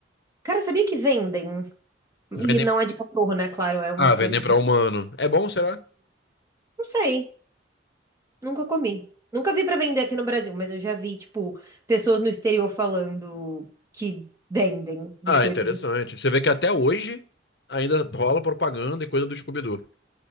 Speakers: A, on the right; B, on the left.
A: Cara, sabia que vendem?
B: Vendem.
A: E não é de cachorro, né? Claro, é um
B: Ah,
A: biscoito
B: vendem
A: de.
B: pra humano. É bom, será?
A: Não sei, nunca comi. Nunca vi pra vender aqui no Brasil, mas eu já vi, tipo, pessoas no exterior falando que vendem biscoitos
B: Ah, interessante. Você vê que até hoje ainda rola propaganda e coisa do Scooby-Doo.